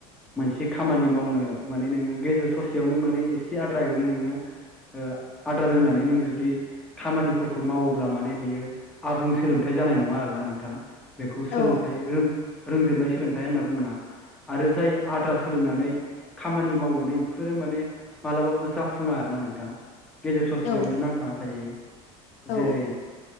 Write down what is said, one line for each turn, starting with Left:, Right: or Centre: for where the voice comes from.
Centre: मोनसे खामानि मावनो माने नोङो गेजेर ससेयावनो माने एसे आद्रायनो नोंङो ओ आदा रोंनानै नों जुदि खामानिफोरखौ मावोब्ला माने बियो आबुं सोलोंथाइ जानाय नंङा आरोना नोंथां। बेखौ सोलोंथाइों
Left: औ
Centre: रोंजोबनाय सोलोंथाइ होनना बुंङा। आरो जाय आद्रा सोलोंनानै खामानि मावनानै बेफोरो माने मालाबाबो जाफुंङा आरोना नोंथां। गेजेर ससेयावनो
Left: औ
Centre: नांथाना थायो
Left: औ
Centre: जेरै